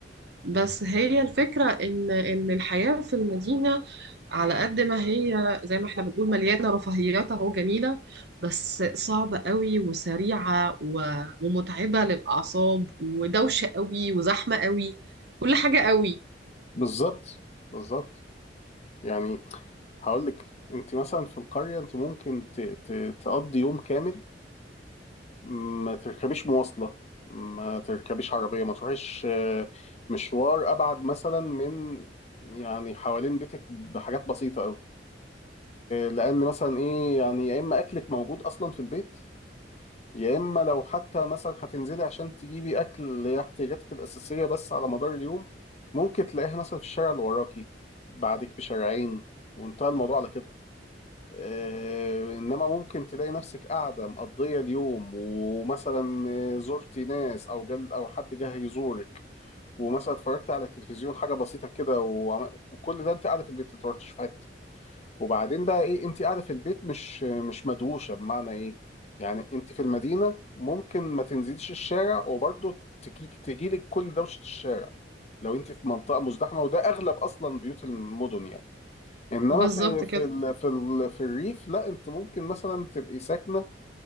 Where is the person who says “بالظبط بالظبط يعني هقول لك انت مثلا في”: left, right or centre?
Left